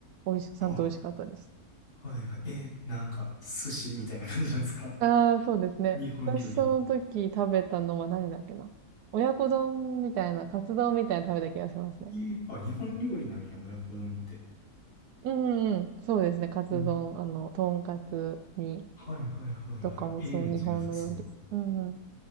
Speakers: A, on the right; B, on the left.
A: 美味し、ちゃんと美味しかったです。
B: あ、はいはい。えー、なんか、寿司みたいな感じなんですか
A: ああ、そうですね。
B: <laughs> 日本料理。
A: 私その時食べたのは何だっけな。親子丼みたいな、カツ丼みたいなの食べた気がしますね。
B: えー、あ、日本料理なんや、親子丼って。
A: うんうんうん。そうですね。カツ丼、
B: うん。
A: あの、とんかつ煮
B: はいはいはいはい。
A: とかもそう、
B: えー、めっちゃ良さそう。
A: 日本の料理。うんうん。